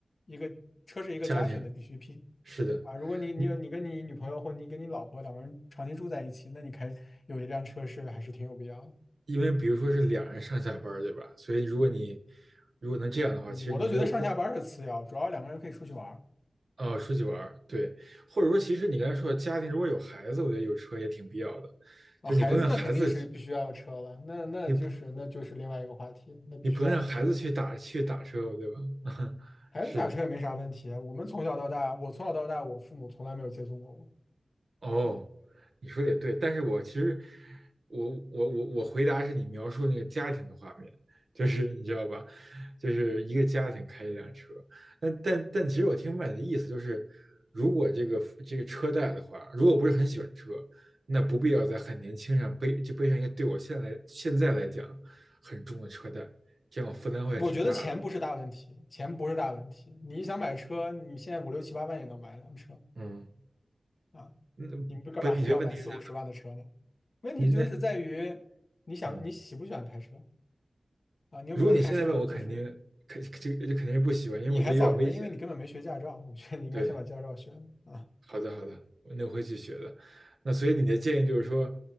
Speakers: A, on the left; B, on the right.
A: 一个车是一个家庭的必需品。
B: 家庭是的，
A: 啊，如果你你有你跟你女朋友或你跟你老婆两个人长期住在一起，
B: 嗯，
A: 那你开有一辆车是还是挺有必要的。
B: 因为比如说是两人上下班儿对吧？所以如果你如果能这样的话，
A: 嗯我都觉得上下班儿是次要，
B: 其实你没有空
A: 主要两个人可以出去玩儿
B: 啊出去玩儿对，或者说其实你刚才说的家庭如果有孩子，我觉得有车也挺必要的，
A: 啊。
B: 就你不用让孩子，
A: 孩子呢肯定是必须要有车了，那那就是那就是另外一个话题了那必须要买车了
B: 你不你不能让孩子去打去打车，吧，对吧？<laughs>
A: 孩子打车也没啥问题啊，
B: 是的，
A: 我们从小到大，我从小到大，我父母从来没有接送过我。
B: 哦，
A: 嗯，
B: 你说的也对，但是我其实我我我我回答是你描述那个家庭的画面，就是你知道吧，就是一个家庭开一辆车，但但但其实我听麦的意思就是，如果这个这个车贷的话，如果不是很喜欢车，那不必要在很年轻上背就背上一个对我现在现在来讲很重的车贷，这样负担会挺大的。
A: 我觉得钱不是大问题，钱不是大问题。你想买车，你现在五六七八万也能买一辆车。
B: 嗯，
A: 啊，
B: 那
A: 你们干嘛非要买四五十万的车呢？
B: 本你这得问题是？
A: 问题就是在于你想你喜不喜欢开车
B: 嗯那嗯，
A: 啊？你有没有开车？
B: 如果你现在问我，
A: 就是
B: 肯定肯这个这肯定是不喜欢，因为我觉得有点危险。
A: 你还早着，因为你根本没学驾照。我觉得你应该先把驾照学了啊。
B: 对，好的好的，那我会去学的。那所以你的建议就是说，